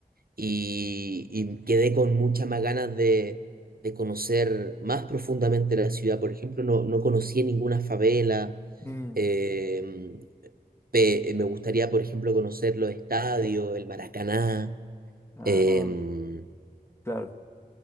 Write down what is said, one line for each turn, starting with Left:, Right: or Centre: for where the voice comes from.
Right: y, y quedé con muchas más ganas de, de conocer más profundamente la ciudad. Por ejemplo, no, no conocí ninguna favela.
Left: Mm.
Right: em, Pe- eh, me gustaría, por ejemplo, conocer los estadios, el Maracaná.
Left: Ah,
Right: em,
Left: claro.